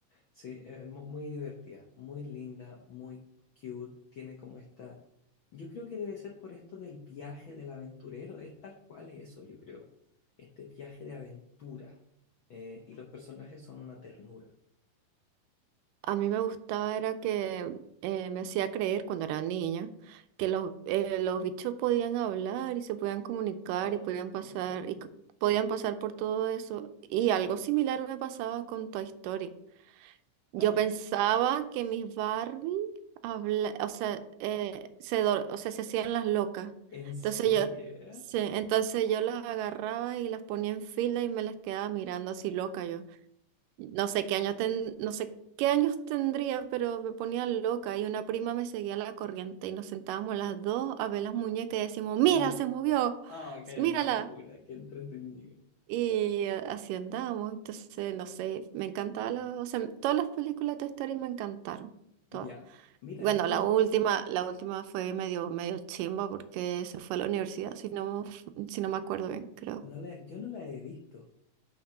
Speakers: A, on the left; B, on the right.
A: Sí, eh, mu- muy divertida, muy linda, muy cute. Tiene como esta. Yo creo que debe ser por esto del viaje del aventurero. Es tal cual eso, yo creo. Este viaje de aventura. Eh, y los personajes son una ternura.
B: A mí me gustaba era que eh, me hacía creer cuando era niña que los, eh, los bichos podían hablar y se podían comunicar
A: Oh,
B: y podían pasar
A: muy bueno.
B: y c- podían pasar por todo eso. Y algo similar me pasaba con Toy Story. Yo
A: Ah, ya.
B: pensaba que mis Barbie habla, o sea, eh, se, dor- o sea, se hacían las locas.
A: ¿En serio?
B: Entonces yo, sí, entonces yo las agarraba y las ponía en fila y me las quedaba mirando así loca no sé qué años ten- no sé qué años tendría, pero me ponía loca y una prima me seguía la corriente y nos sentábamos las dos a ver las muñecas y decíamos, mira,
A: Ah,
B: se movió,
A: ah,
B: s-
A: qué locura,
B: mírala.
A: qué entretenido.
B: Y eh, así andábamos. Entonces, no sé, me encantaba la- o sea, todas las películas de Toy Story me encantaron, todas.
A: Ya. Mira,
B: Bueno,
A: yo no,
B: la última, la última fue medio, medio chimba porque se fue a la universidad, si no, si no me acuerdo bien, creo.
A: no la, yo no la he visto.